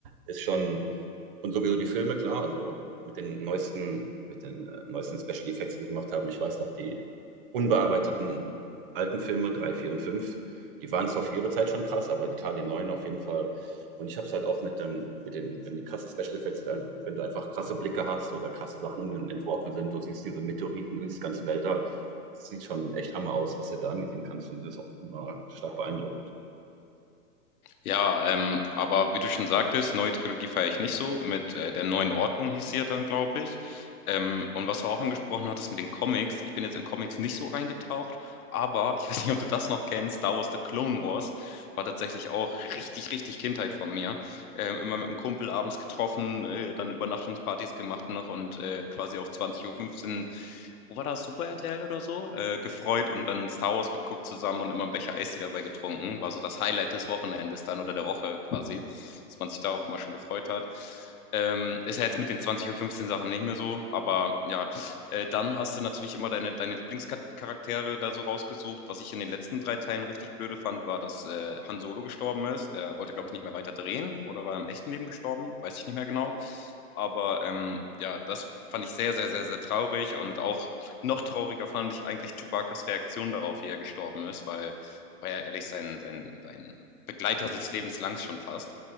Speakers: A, on the right; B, on the left.
A: ist schon und sowieso die Filme, klar, also mit den neuesten, mit den äh, neuesten Special Effects, die sie gemacht haben. Ich weiß noch, die unbearbeiteten alten Filme, 3 4 und fünf die waren zwar für ihre Zeit schon krass, aber die, klar, die neuen auf jeden Fall. Und ich habe es halt auch mit, dem, mit den, wenn die krasse Special Effects sind, also wenn du einfach krasse Blicke hast oder krasse Sachen entworfen sind, du siehst diese Meteoriten, du siehst das ganze Wälder, es sieht schon echt Hammer aus, was du da ansehen kannst und das ist auch immer stark beeindruckend.
B: Ja, ähm, aber wie du schon sagtest, neue Trilogie feiere ich nicht so. Mit äh, der neuen Ordnung hieß sie ja dann, glaube ich. Ähm, und was du auch angesprochen hattest mit den Comics, ich bin jetzt in Comics nicht so reingetaucht, aber <laughs> ich weiß nicht, ob du das noch kennst, Star Wars The Clone Wars war tatsächlich auch richtig, richtig Kindheit von mir. Ähm, immer mit einem Kumpel abends getroffen, äh, dann Übernachtungspartys gemacht noch und äh, quasi auf 20.15 Uhr fünfzehn wo war das, Super RTL oder so, äh, gefreut und dann Star Wars geguckt zusammen und immer einen Becher Eistee dabei getrunken. War so das Highlight des Wochenendes dann oder der Woche quasi, dass man sich darauf immer schon gefreut hat. Ähm, ist ja jetzt mit den 20.15 Uhr fünfzehn Sachen nicht mehr so, aber ja, äh, dann hast du natürlich immer deine, deine Lieblingscharaktere da so rausgesucht. Was ich in den letzten drei Teilen richtig blöde fand, war, dass äh, Han Solo gestorben ist. Der wollte, glaube ich, nicht mehr weiter drehen oder war im echten Leben gestorben, weiß ich nicht mehr genau. Aber ähm, ja, das fand ich sehr, sehr, sehr, sehr traurig und auch noch trauriger fand ich eigentlich Chewbacas Reaktion darauf, wie er gestorben ist, weil war ja ehrlich sein, sein, sein Begleiter des Lebens lang schon fast.